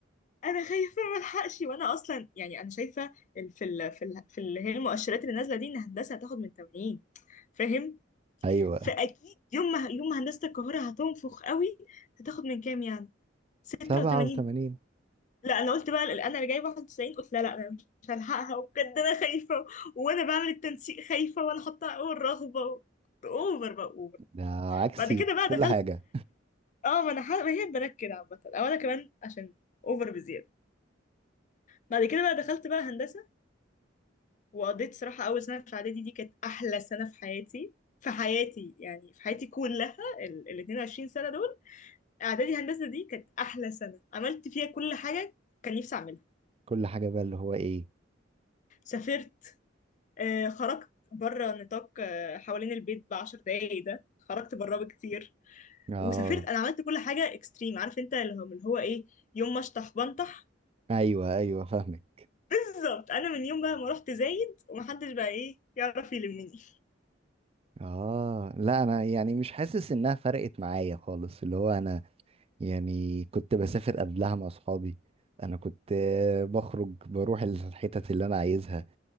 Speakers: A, on the left; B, on the right.
A: انا خايفه ما الحقش وانا اصلا يعني انا شايفه ال- في ال في ال في اللي هي المؤشرات اللي نازله دي ان هندسه هتاخد من 80 فاهم
B: ايوه
A: فاكيد يوم ما يوم ما هندسه القاهره هتنفخ قوي هتاخد من كام يعني 86
B: 87
A: لا انا قلت بقى ال- انا اللي جايبه 91 قلت لا لا انا مش هلحقها وبجد انا خايفه وانا بعمل التنسيق خايفه وانا حاطه اول رغبه كنت اوفر بقى اوفر
B: ده عكسي
A: بعد كده بقى
B: كل
A: دخلت
B: حاجة
A: اه ما انا ح- ما هي البنات كده عامه او انا كمان عشان اوفر بزياده بعد كده بقى دخلت بقى هندسه وقضيت صراحه اول سنه في اعدادي دي كانت احلى سنه في حياتي في حياتي يعني في حياتي كلها ال ال 22 سنه دول اعدادي هندسه دي كانت احلى سنه عملت فيها كل حاجه كان نفسي اعملها
B: كل حاجة بقى اللي هو ايه
A: سافرت آه، خرجت بره نطاق آه، حوالين البيت بعشر دقايق ده خرجت براه بكتير
B: اه
A: وسافرت انا عملت كل حاجه اكستريم عارف انت اللي هو اللي هو ايه يوم ما اشطح بنطح
B: ايوه ايوه فاهمك
A: بالظبط انا من يوم بقى ما رحت زايد ومحدش بقى ايه يعرف يلمني
B: اه لا انا يعني مش حاسس انها فرقت معايا خالص اللي هو انا يعني كنت بسافر قبلها مع اصحابي انا كنت آه، بخرج بروح الحتت اللي انا عايزها